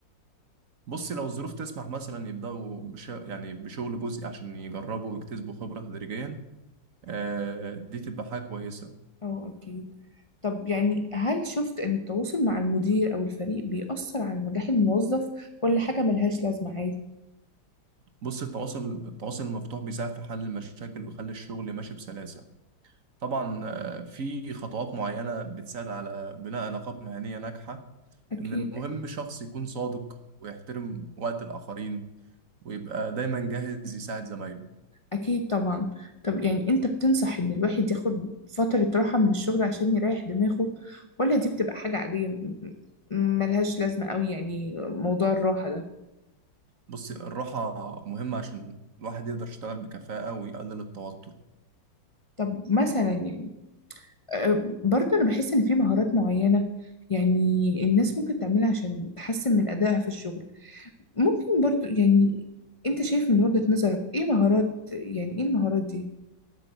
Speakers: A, on the right; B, on the left.
A: بصي لو الظروف تسمح مثلا يبدأوا بش... يعني بشغل جزئي عشان يجربوا ويكتسبوا خبرة تدريجيا آه دي تبقى حاجة كويسة
B: أه أكيد طب يعني هل شفت إن التواصل مع المدير أو الفريق بيأثر على نجاح الموظف ولا حاجة ملهاش لازمة عادي؟
A: بصي التواصل التواصل المفتوح بيساعد في حل المشاكل ويخلي الشغل ماشي بسلاسة طبعا آه في خطوات معينة بتساعد على بناء علاقات مهنية ناجحة
B: أكيد
A: إن المهم شخص يكون صادق ويحترم وقت الآخرين ويبقى دايما جاهز يساعد زمايله
B: أكيد طبعا طب يعني أنت بتنصح إن الواحد ياخد فترة راحة من الشغل عشان يريح دماغه ولا دي بتبقى حاجة عادية م- م- ملهاش لازمة أوي يعني موضوع الراحة ده
A: بصي الراحة مهمة عشان الواحد يقدر يشتغل بكفاءة ويقلل التوتر
B: طب مثلا يعني آه، برضه أنا بحس إن في مهارات معينة يعني الناس ممكن تعملها عشان تحسن من أدائها في الشغل ممكن برضه يعني أنت شايف من وجهة نظرك إيه مهارات يعني إيه المهارات دي؟